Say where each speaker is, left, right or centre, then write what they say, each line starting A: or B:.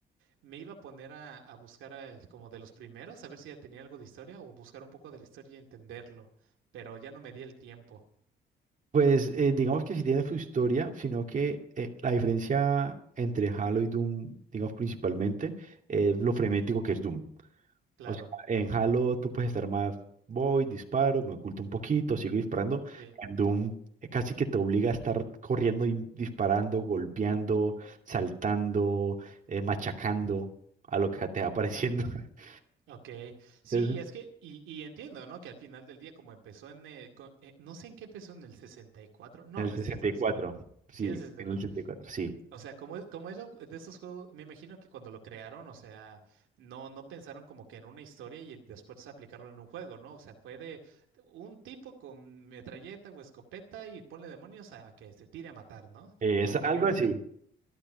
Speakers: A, on the right; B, on the right.
A: me iba a poner a, a buscar a el- como de los primeros, a ver si tenía algo de historia o buscar un poco de la historia y entenderlo, pero ya no me di el tiempo,
B: Pues eh, digamos que sí tiene su historia, sino que eh, la diferencia entre Halo y Doom, digamos principalmente, es lo frenético que es Doom.
A: claro.
B: O sea, en Halo tú puedes estar más, voy, disparo, me oculto un poquito, sigo disparando.
A: Sí.
B: En Doom eh, casi que te obliga a estar corriendo y disparando, golpeando, saltando, eh, machacando a lo que te va apareciendo. <laughs>
A: Ok, sí,
B: Entonces,
A: es que, y, y entiendo, ¿no? Que al final del día, como empezó en, eh, co- eh, no sé en qué empezó en el sesenta y cuatro no,
B: en el
A: no
B: sesenta
A: es cierto, no
B: y
A: es,
B: cuatro sí,
A: sí, en el 64,
B: en el 64 sí.
A: O sea, como como era de estos juegos? Me imagino que cuando lo crearon, o sea, no, no pensaron como que en una historia y después aplicarlo en un juego, ¿no? O sea, fue de un tipo con metralleta o escopeta y ponle demonios a, que se tire a matar, ¿no?
B: Eh, es
A: Como
B: algo
A: que me imagino,
B: así.